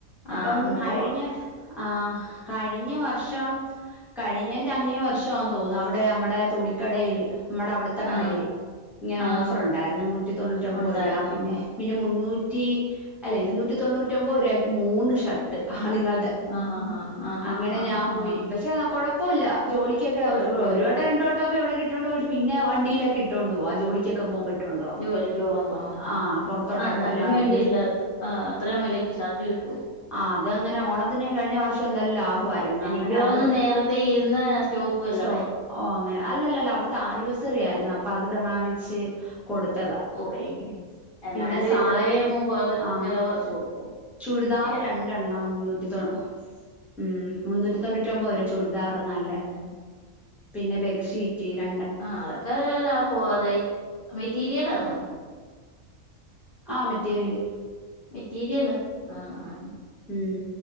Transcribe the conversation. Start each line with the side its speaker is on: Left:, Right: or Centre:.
Centre: അപ്പം
Left: ആഹ് ഒന്ന്
Centre: കഴിഞ്ഞ
Left: പോവാ
Centre: ആഹ് കഴിഞ്ഞ വർഷോ കഴിഞ്ഞേൻ്റെ അങ്ങേ വർഷാന്ന് തോന്നുന്നു അവ ടെ അമ്മടെ തുണിക്കടയില് നമ്മടെ അവിട് ത്തെ കടേല്
Left: ആഹ്
Centre: ഇങ്ങനെ
Left: ആഹ്
Centre: ഓഫർ ഉണ്ടായിരുന്നു നൂറ്റി തൊണ്ണൂറ്റി ഒൻമ്പത്
Left: ഉണ്ടായിരുന്നോ
Centre: രൂപ പിന്നെ പിന്നെ മുന്നൂറ്റി അല്ലെ ഇരുന്നൂറ്റി തൊണ്ണൂറ്റി ഒമ്പത് രൂപാക്ക് മൂന്ന് ഷർട്ട് ആണിങ്ങൾടെ.
Left: ആഹ് ആഹ് ആഹ്
Centre: അങ്ങനെ
Left: ആഹ് ആഹ്
Centre: ഞാൻ പോയി
Left: ആഹ്
Centre: പക്ഷെ കൊയ ഇപ്പൊല്ല ജോലിക്കൊക്കെ
Left: കൊഴപ്പല്ല
Centre: അവരു ഒരു വട്ടം രണ്ട് വട്ടവൊക്കെ എവിടെങ്കി ഇട്ടോണ്ടു പോയിട്ട് പിന്നെ വണ്ടിയിലൊക്കെ ഇട്ടോണ്ട് പോക ജോലിക്കൊക്കെ പോവുമ്പ ഇട്ടോണ്ടു പോവാ.
Left: ജോലിക്ക് പോകുമ്പ ആഹ്
Centre: ആ
Left: ആഹ്
Centre: പുറത്തോട്ടൊക്കെ
Left: ആഹ് എന്നാലും
Centre: അല്ല
Left: വേണ്ടിയില്ല
Centre: ജസ്റ്റ്
Left: ആഹ് അത്രേം വിലക്ക് ഷർട്ട് കിട്ടോ.
Centre: ആഹ് അത് അങ്ങനെ ഓണത്തിന് കഴിഞ്ഞ വർഷം നല്ല ലാഭമായിരുന്നു
Left: എനിക്ക്
Centre: അങ്ങനെ
Left: തോന്നുന്നു
Centre: അത്.
Left: നേരത്തെ ഇരുന്ന്. സ്റ്റോക്കു എല്ല.
Centre: സ്റ്റോ ഓ അങ്ങനെ അല്ലല്ലല്ല അവിടുത്തെ ആനിവേഴ്സറി ആയിരുന്നു അപ്പ അത് പ്രമാണിച്ച് കൊടുത്തതാ.
Left: ഓഹ് എങ്കി എന്നാലും
Centre: പിന്നെ സാരി
Left: ഇത്രയും കൊറ
Centre: ആ
Left: വെല കൊറച്ച് കൊടുക്കോ
Centre: ചുരിദാർ
Left: ഏ
Centre: രണ്ടെണ്ണം മുന്നൂറ്റി തൊ ഉം മുന്നൂറ്റി തൊണ്ണൂറ്റ്യൊമ്പത് വെരെ ചുര്ദാറ് നല്ലെ.
Left: ഉം
Centre: പിന്നെ ബെഡ്ഷീറ്റ് ര
Left: ആഹ് അതൊക്കെ ലാഭൊവ അതായിറ്റ് മെറ്റീരിയലാണോ.
Centre: ആഹ് മെറ്റേരിയല്
Left: മെറ്റീര്യലാ ആഹ് ആഹ്.
Centre: ഉം